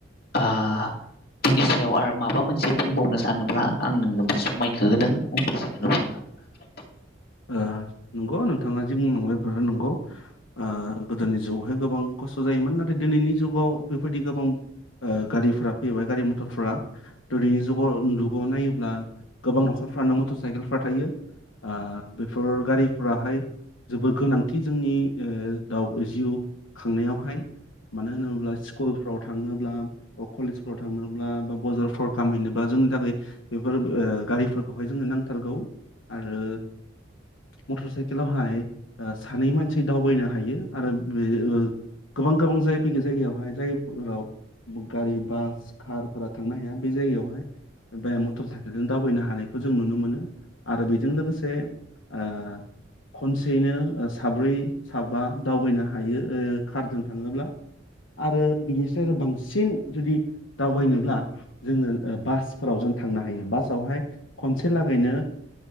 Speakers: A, on the left; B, on the left.
A: आ बिनि सायाव आरो माबा मोनसे बुंबावनो सानोब्ला आं नोंनो बे समाइखो होदों <unintelligible> <unintelligible>
B: ओ नंगौ नोंथाङा जि बुंलांबाय बेफोरो नंगौ ओ गोदोनि जुगावहाय गोबां खस्थ जायोमोन नाथाय दिनैनि जुगाव बेफोर बायदि गोबां ओ गारिफोरा फैबाय गारि मथरफोरा। दिनैनि जुगाव दुगाव नायो ब्ला गोबां नखरफ्रानो मथर साइखेल फ्रा थायो। आ <unintelligible> गारिफ्रा हाय जोबोर गोनांथि जोंनि ओ दाउ जिउ खांनायावहाय मानो होनोब्ला स्कुलफ्राव थाङो ब्ला कलेजफोराव थांनोब्ला बा बजार फर खामहैनो बा जोंनि थाखाय बेफोर ओ गारिफोरखौहाय जोंनो नांथारगौ। आरो मटर साइकेलावहाय ओ सानै मानसि दावबायनो हायो आरो बे ओ गोबां गोबां जाय बेै जायगायावहाय जायफोराव गारि बास कारफोरा थांनो हाया बे जायगायावहा हाय बे मटर साइकेलजों दावबायनो हानाय खौ जों नुनो मोनो । आरो बेजों लोगोसे ओ खनसेयैनो ओ साब्रै साबा दावबायनो हायो ओ कारजों थाङोब्ला । आरो बिनिफ्राय आरो बांसिन जुदि दावबायनोब्ला जोङो बासफोराव जों थांनो हायो बासावहाय खनसे लागैनो